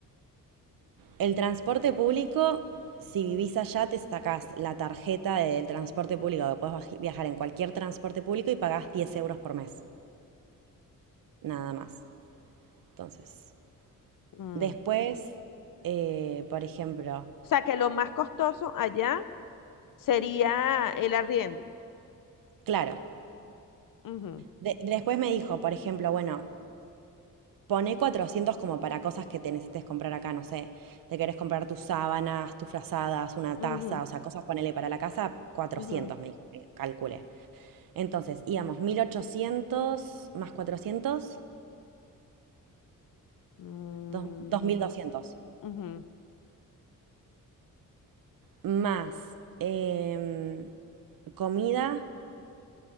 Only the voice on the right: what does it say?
El transporte público, si vivís allá, te sacás la tarjeta del transporte público, que puedes baji- viajar en cualquier transporte público y pagás 10 euros por mes, nada más. Entonces,
después,
eh, por ejemplo,
claro,
de- después me dijo, por ejemplo, bueno, Poné 400 como para cosas que te necesites comprar acá, no sé. Te querés comprar tus sábanas, tus frazadas, una
taza, o sea, cosas, ponele para la casa, 400,
me dijo que calcule. Entonces, íbamos 1800 más 400,
dos- 2200.
Más em, comida,